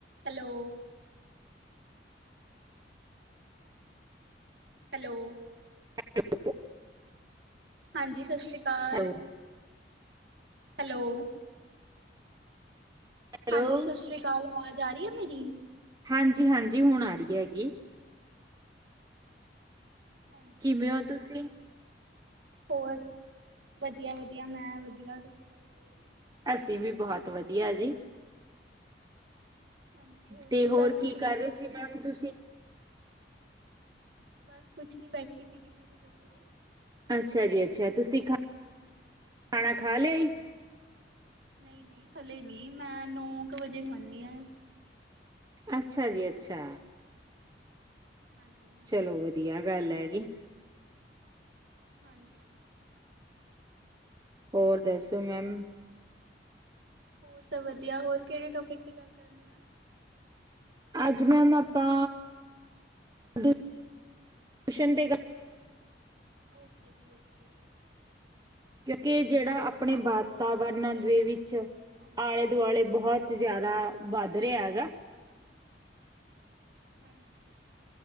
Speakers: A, on the right (about 75°); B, on the right (about 20°).
A: Hello hello.
B: <inaudible>
A: ਹਾਂਜੀ ਸਸ ਸ੍ਰੀ ਕਾਲ।
B: ਹੈਲੋ
A: ਹੈਲੋ।
B: ਹੈਲੋ
A: ਹਾਂਜੀ ਸਸ ਸ੍ਰੀ ਕਾਲ, ਆਵਾਜ਼ ਆ ਰੀ ਐ ਮੇਰੀ?
B: ਹਾਂਜੀ-ਹਾਂਜੀ ਹੁਣ ਆ ਰੀ ਹੇਗੀ।
A: ਹਾਂਜੀ।
B: ਕਿਵੇਂ ਓ ਤੁਸੀਂ?
A: ਹੋਰ ਵਧੀਆ-ਵਧੀਆ ਮੈਂ ਵਧੀਆ ਤੁਸੀਂ ਦੱਸੋ?
B: ਅਸੀਂ ਵੀ ਬੋਹਤ ਵਧੀਆ ਜੀ।
A: ਹਾਂਜੀ
B: ਤੇ ਹੋਰ
A: ਕਰਦੇ
B: ਕੀ
A: ਸੀਗੇ?
B: ਕਰ ਰੇ ਸੀ ਮੈਮ ਤੁਸੀਂ।
A: ਬਸ ਕੁੱਛ ਨੀ ਬੈਠੀ ਸੀਗੀ, ਤੁਸੀਂ ਦੱਸੋ?
B: ਅੱਛਾ ਜੀ ਅੱਛਾ ਤੁਸੀਂ ਖਾ ਖਾਣਾ ਖਾ ਲਿਆ ਈ।
A: ਨਈ-ਨਈ ਹਲੇ ਨਹੀਂ ਮੈਂ ਨੌ ਕੁ ਵਜੇ ਖਾਨੀ ਆ।
B: ਅੱਛਾ ਜੀ ਅੱਛਾ।
A: ਹਾਂਜੀ ਹਾਂਜੀ
B: ਚਲੋ ਵਧੀਆ ਗੱਲ ਹੈਗੀ।
A: ਹਾਂਜੀ।
B: ਔਰ ਦੱਸੋ ਮੈਮ।
A: ਹੋਰ ਸਭ ਵਧੀਆ ਹੋਰ ਕਿਹੜੇ ਟੋਪਿਕ ਤੇ ਗੱਲ ਕਰਨੀ ਆ।
B: ਅੱਜ ਮੈਮ ਆਪਾ <unintelligible>
A: ਓਕੇ ਜੀ ਓਕੇ।
B: ਕਿਉਂਕਿ ਜੇੜਾ ਆਪਣੇ ਬਾਦ ਤਾ
A: ਤੁਸੀਂ
B: ਵਰਨਨ
A: ਥੋੜੇ
B: ਦੇ ਵਿੱਚ
A: ਹਾਂਜੀ
B: ਆਲੇ ਦੁਆਲੇ ਬੋਹਤ ਜਾਦਾ
A: ਹਾਂਜੀ
B: ਵੱਧ
A: ਹਾਂਜੀ।
B: ਰਿਹਾ ਹੈਗਾ।
A: ਹਾਂਜੀ।